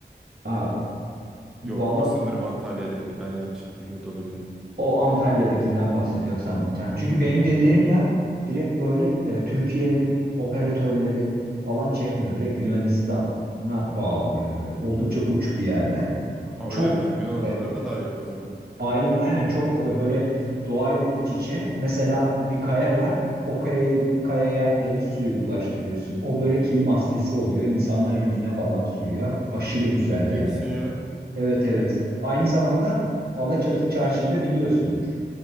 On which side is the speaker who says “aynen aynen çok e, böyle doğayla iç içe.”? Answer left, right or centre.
Right